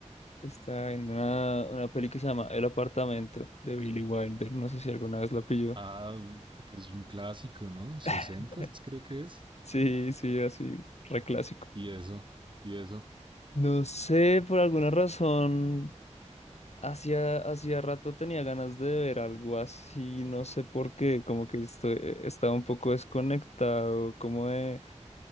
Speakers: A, on the left (about 60°); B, on the right (about 40°).
A: Está viendo una, una peli que se llama El apartamento de Billy Wilder. No sé si alguna vez la pilló.
B: Ah, pues un clásico, ¿no? Sesentas,
A: <laughs>
B: creo que es.
A: Sí, sí, así, reclásico.
B: Y eso, y eso.
A: No sé, por alguna razón, hacía, hacía rato tenía ganas de ver algo así, no sé por qué, como que estoy, estaba un poco desconectado, como de,